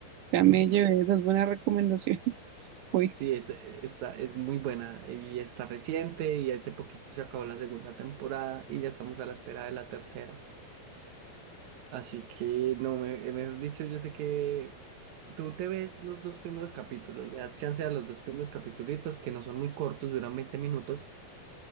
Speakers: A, on the right; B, on the right.
A: Ya me
B: <laughs>
A: llevé dos buenas recomendaciones. <laughs> Uy,
B: Sí, es, está, es muy buena y está reciente y hace poquito se acabó la segunda temporada y ya estamos a la espera de la tercera. Así que, no, me- eh, mejor dicho, yo sé que tú te ves los dos primeros capítulos, le das chance a los dos primeros capítulos que no son muy cortos, duran 20 minutos